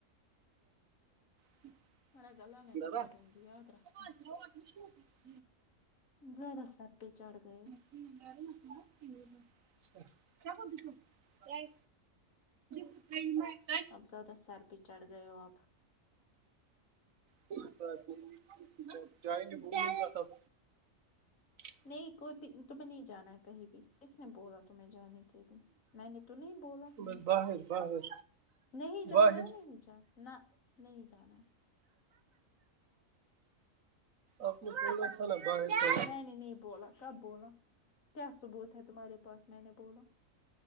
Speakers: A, on the right; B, on the left.
A: <unintelligible>
B: میرا گلا میں دبا دوں گی یاد رکھنا زیادہ سر پے چڑھ گئے ہو
A: <unintelligible> کیا بول تی تو نہیں کچھ بھی
B: اب زیادہ سر پہ چڑھ گیے ہو آپ
A: کوئی بات نہیں جب جائے ہے بول دیں گے تب <unintelligible>
B: نہیں کوئی بھی تمہیں نہیں جانا ہے کہیں بھی کس نے بولا تمہیں جانے کے لیے میں نے تو نہیں بولا
A: بس باہر باہر
B: نہیں جانا
A: باہر
B: ہے نہیں جانا نہ نہیں جانا
A: آپ نے بولا
B: ہے
A: تھا نا باہرکا
B: میں نے نہیں بولا کب بولا کیا ثبوت ہے تمہارے پاس میں نے بولا